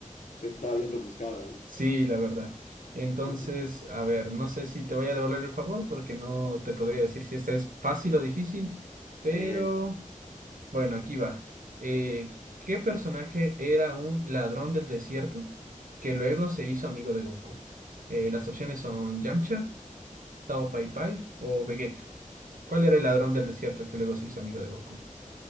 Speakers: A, on the left (about 60°); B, on the right (about 80°).
A: Estaba bien rebuscada. ¿no?
B: Sí, la verdad. Entonces,
A: <laughs>
B: a ver, no sé si te voy a devolver el favor porque no te podría decir si esta es fácil o difícil, pero
A: Ay, ay.
B: bueno, aquí va. Eh, ¿qué personaje era un ladrón del desierto que luego se hizo amigo de Goku? Eh, las opciones son Yamcha, Tao Pai Pai o Vegeta. ¿Cuál era el ladrón del desierto que luego se hizo amigo de Goku?